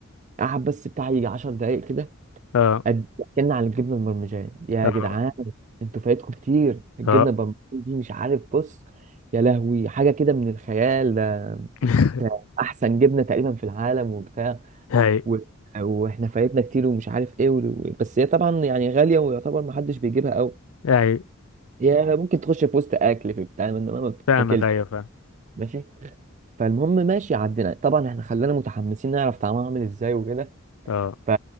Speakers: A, on the right; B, on the left.
A: قعد بس بتاع يجي 10 دقايق كده
B: اه
A: قد- اتكلنا عن الجبنة المرمجان يا
B: اه
A: جدعان انتوا فايتكم كتير الجبنة
B: اه
A: المرمجان دي مش عارف بص يا لهوي حاجة كده من الخيال ده
B: <laughs>
A: ده أحسن جبنة تقريبا في العالم وبتاع
B: اي
A: و... واحنا فايتنا كتير ومش عارف ايه و... بس هي طبعا يعني غاليه ويعتبر ما حدش بيجيبها قوي
B: اي
A: هي ممكن تخش في وسط اكل في بتاع انما ما بتتاكلش
B: فاهمك ايوه فاهم
A: ماشي فالمهم ماشي عدينا طبعا احنا خلانا متحمسين نعرف طعمها عامل ازاي وكده
B: اه
A: ف...